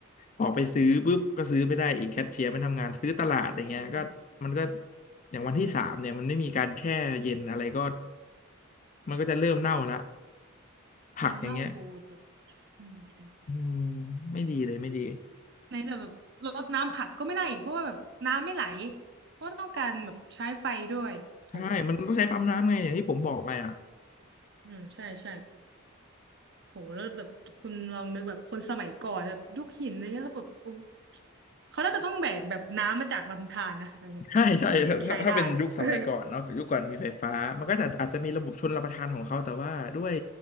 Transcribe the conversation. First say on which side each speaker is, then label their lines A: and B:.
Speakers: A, on the left; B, on the right.
A: ออกไปซื้อปุ๊บก็ซื้อไม่ได้อีกแคชเชียร์ไม่ทำงานซื้อตลาดอย่างเงี้ยก็มันก็
B: อืม
A: อย่างวันที่สามเนี่ยมันไม่มีการแช่เย็นอะไรก็
B: อืม
A: มันก็จะเริ่มเน่าละผักอย่างเงี้ย
B: อืมเน่าบูดแบบอืมอืม
A: อืมไม่ดีเลยไม่ดี
B: ในแต่แบบรดน้ำผักก็ไม่ได้อีกเพราะว่าแบบน้ำไม่ไหลเพราะว่าต้องการแบบใช้ไฟด้วยโห
A: ใช่มันต้องใช้ปั๊มน้ำไงอย่างที่ผมบอกไปอ่ะ
B: อืมใช่ใช่ โหแล้วแบบคุณลองนึกแบบคนสมัยก่อนแบบยุคหินอะไรเงี้ยเขาแบบโอ้เขาน่าจะต้องแบกแบบน้ำมาจากลำธารนะอะไรเงี้ยถ้าถึงแบบใช้ได้เออ
A: ใช่ใช่ถ้าถ้าเป็นยุคสมัยก่อนเนาะยุคก่อนมีไฟฟ้ามันก็จะอาจจะมีระบบชลประทานของเขาแต่ว่าด้วย
B: <laughs> อืม